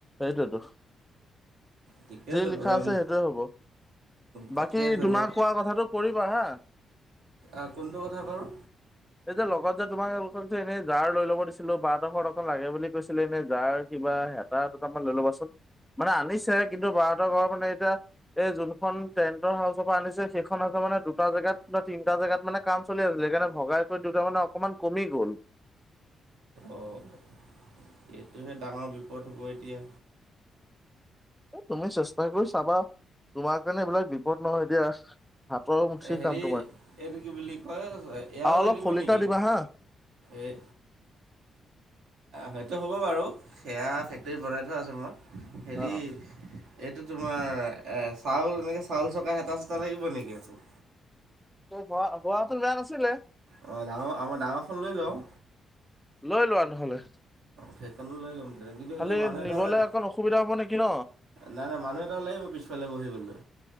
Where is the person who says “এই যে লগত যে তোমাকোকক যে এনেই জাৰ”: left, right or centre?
Centre